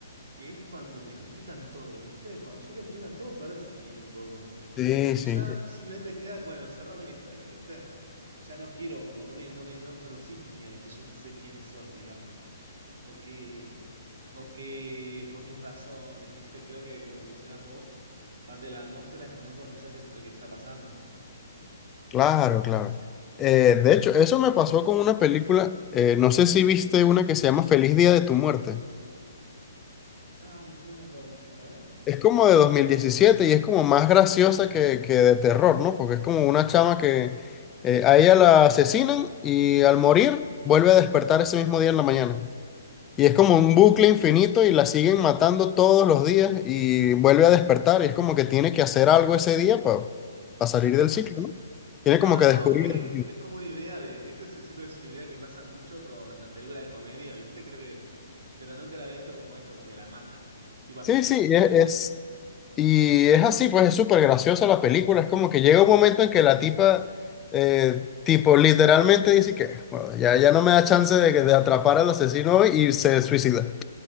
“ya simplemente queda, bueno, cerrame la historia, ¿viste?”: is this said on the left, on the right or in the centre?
Right